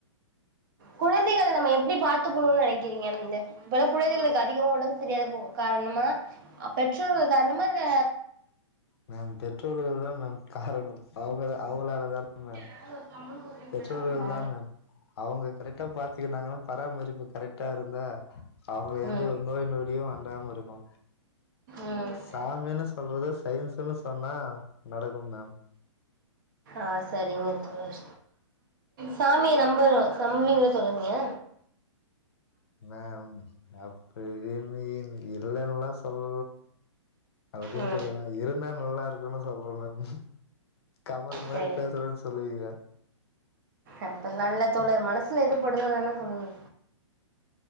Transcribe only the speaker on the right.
குழந்தைகள நம்ம எப்டி பாத்துக்கணுன் நெனக்கிறீங்க இந்த அது போல குழந்தைகளுக்கு அதிகமா உடம்பு சரியாத போகு காரணமா பெற்றோர்கள் காரணமா இல்ல
<unintelligible>
ஆ.
ம்
ம்
ஆ செரிங்க தோழர் சாமிய நம்பரோ நம்புவீங்கள தோழர் நீங்க
ம்
சரி
அப்புட்ல்லா இல்ல தோழர் மனசுல எது படுதோ அதானே சொல்லணு